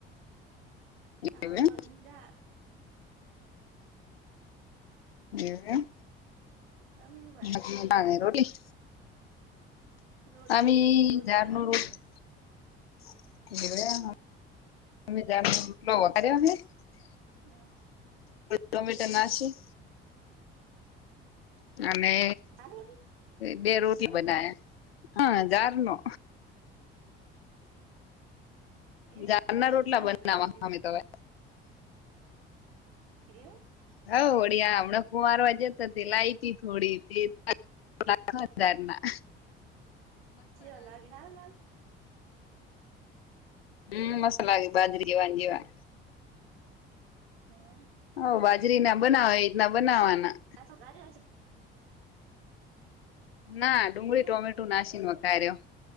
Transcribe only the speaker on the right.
હા
મગની દાળ
તમે શું બનાવ્યું
રોટલી
ને રોટલા
બેવયનું
હમ
જાને હવે
એ
તમે
ચા
ન ખાવા મંડ્યા
એવું
જેવા લાગે હાર લાગ
હે
દસો કર્યોજ
કે એમને